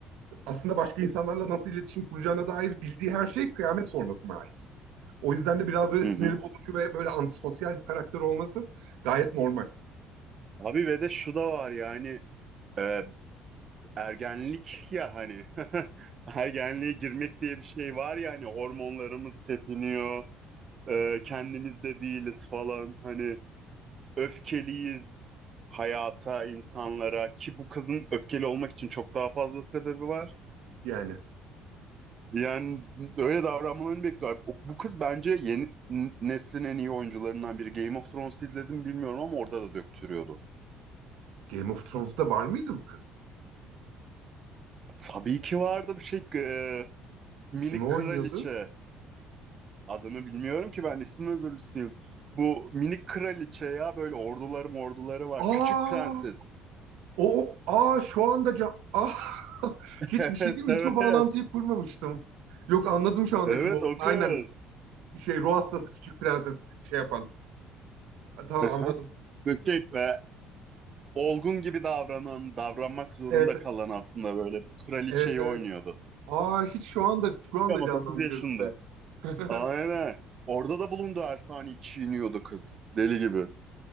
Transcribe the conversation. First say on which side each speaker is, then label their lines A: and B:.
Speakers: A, on the right; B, on the right.
A: aslında başka insanlarla nasıl iletişim kuracağına dair bildiği her şey kıyamet sonrasına ait. O yüzden de biraz böyle
B: Hı
A: siniri
B: hı.
A: bozucu ve böyle antisosyal bir karakter olması gayet normal.
B: Abi ve de şu da var yani e, ergenlik ya hani <laughs> ergenliğe girmek diye bir şey var ya hani hormonlarımız tepiniyor e, kendimiz de değiliz falan hani öfkeliyiz hayata insanlara ki bu kızın öfkeli olmak için çok daha fazla sebebi var.
A: Yani.
B: Yani öyle davranmalarını bekliyor. Bu bu kız bence yeni n- neslin en iyi oyuncularından biri. Game of Thrones'u izledim mi bilmiyorum ama orada da döktürüyordu.
A: Game of Thrones'ta var mıydı bu kız?
B: Tabii ki vardı bu şey e, minik
A: Kimi oynuyordu?
B: kraliçe. Adını bilmiyorum ki ben isim özürlüsüyüm. Bu minik kraliçe ya böyle orduları orduları var.
A: Aa,
B: Küçük prenses. <laughs>
A: o aa şu anda can ah <laughs> hiçbir
B: Evet
A: şey değil mi?
B: evet.
A: Hiç o bağlantıyı kurmamıştım. Yok anladım şu anda
B: Evet
A: kim olduğunu.
B: o kız.
A: Aynen şey ruh hastası küçük prenses şey yapan. Tamam
B: Aha.
A: anladım.
B: Böyle şey be, olgun gibi davranan, davranmak zorunda
A: Evet
B: kalan aslında böyle bir kraliçeyi
A: evet evet.
B: oynuyordu.
A: Aa hiç şu anda şu anda
B: Ama
A: canlandı
B: 9 yaşında.
A: gözümde. <laughs>
B: Aynen. Orada da bulundu Ersani çiğniyordu kız. Deli gibi.